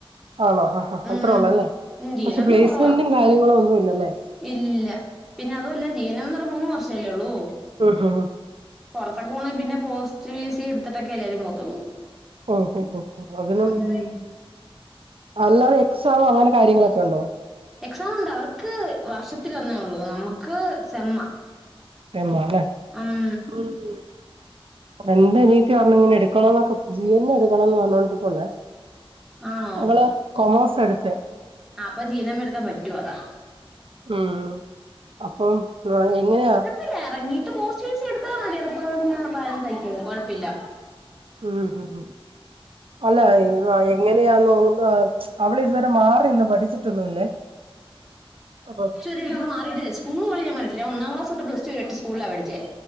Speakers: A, on the right (about 65°); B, in the centre.
A: ആണോ അഹ് ഹ ഹ
B: ഉം
A: അത്രേ ഉള്ളൂ അല്ലേ
B: ഉം ജീവനത്തിന്
A: പക്ഷെ പ്ലേസ്മെന്റും
B: കുറവാ
A: കാര്യങ്ങളും ഒന്നുല്ലല്ലേ
B: ഇല്ല പിന്നെ അതുഅല്ല ജീനന്ന് പറഞ്ഞാ മൂന്ന് വർഷല്ലേ ഉള്ളൂ
A: ഉം ഉം ഹ്
B: പുറത്തൊക്കെ പോണ പിന്നെ പോസ്റ്റ് ബീസി എടുത്തിട്ടക്കെ എല്ലാരും നോക്കുന്നെ
A: ഉം ഉം ഉം ഉം ഉം. അതിനും
B: ഉം
A: അല്ലാതെ എക്സാമോ അങ്ങനെ കാര്യങ്ങളൊക്കെ ഉണ്ടോ
B: എക്സാം ഉണ്ട് അവർക്ക് വർഷത്തിലൊന്നേ ഉള്ളൂ നമുക്ക് സെമ്മ
A: സെമ്മ ല്ലേ
B: ഉം
A: ഉം കൊളന്താ എണിറ്റ് വന്ന് ഇങ്ങനെ എട് ക്കണംന്നൊക്കെ ജി എൻ എടുക്കണംന്ന് പറഞ്ഞോണ്ടിരുപ്പുണ്ട്
B: ആണോ
A: അവള് കൊമേഴ്സ് എടുത്തെ
B: അപ്പൊ ജീനം മ് എടുക്കാൻ പറ്റുവ അതാ
A: ഉം അപ്പം എങ്ങനെയാ
B: ഇല്ല എറങ്ങീട്ട് കോസ്റ്റ്യസ് എടുത്താ മതി എപ്പ ബാലൻസ് ആയിക്കോളും കുഴപ്പല്ല
A: ഊം ഉം ഉം അല്ലാ ഇഞ്ഞുപ്പാ എങ്ങനെയാന്നോന്നും ആർ അവള് ഇതുവരെ മാറിന്ന് പഠിച്ചിട്ടൊന്നുല്ലേ അപ്പം
B: <unintelligible> മാറിട്ടില്ല സ്കൂള് പോലും ഞാൻ മാറീട്ടില്ല യ ഒന്നാം ക്ലാസ് തൊട്ടു പ്ലസ് ടു വരെ ഒറ്റ സ്കൂളാ പഠിച്ചേ